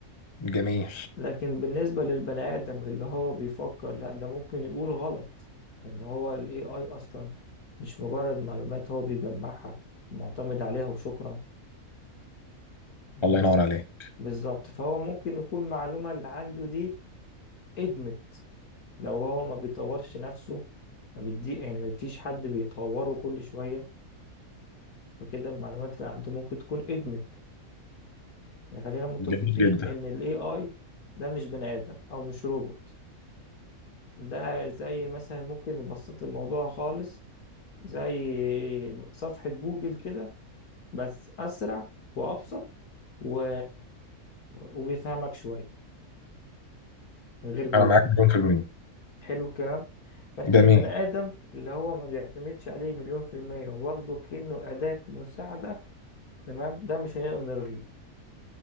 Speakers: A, on the left; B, on the left.
A: جميل
B: لكن بالنسبة للبني آدم اللي هو بيفكر لا ده ممكن يقول غلط لأن هو ال AI أصلا مش مجرد معلومات هو بيجمعها ومعتمد عليها وشكرا إن
A: الله
B: ممكن
A: ينور عليك
B: بالظبط فهو ممكن يكون المعلومة اللي عنده دي ادمت لو هو ما بيطورش نفسه ما بيدي يعني ما فيش حد بيطوره كل شوية فكده المعلومات اللي عنده ممكن تكون ادمت يعني خلينا متفقين
A: جميل جدا
B: إن ال AI ده مش بني آدم أو مش روبوت ده زي مثلا ممكن نبسط الموضوع خالص زي صفحة جوجل كده بس أسرع وأبسط و... وبيفهمك شوية غير جوجل
A: انا معاك مليون في المية
B: حلو الكلام فأنت
A: جميل
B: البني آدم اللي هو ما بيعتمدش عليه مليون في المية وواخده كأنه أداة مساعدة تمام ده مش هنقدر نلغيه